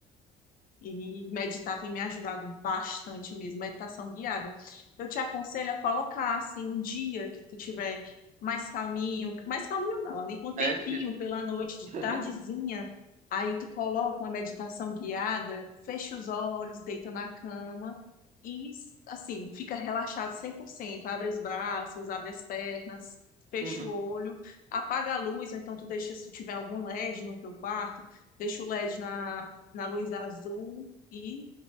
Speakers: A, on the left; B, on the right.
A: E meditar tem me ajudado bastante mesmo, meditação guiada. Eu te aconselho a colocar assim um dia que tu tiver mais calminho, mais calminho não, ali com um tempinho
B: é difícil.
A: pela noite, de
B: <laughs>
A: tardezinha, aí tu coloca uma meditação guiada, fecha os olhos, deita na cama e assim, fica relaxado 100%, abre os braços, abre as pernas, fecha
B: Uhum.
A: o olho, apaga a luz, ou então tu deixa se tu tiver algum LED no teu quarto, deixa o LED na na luz azul e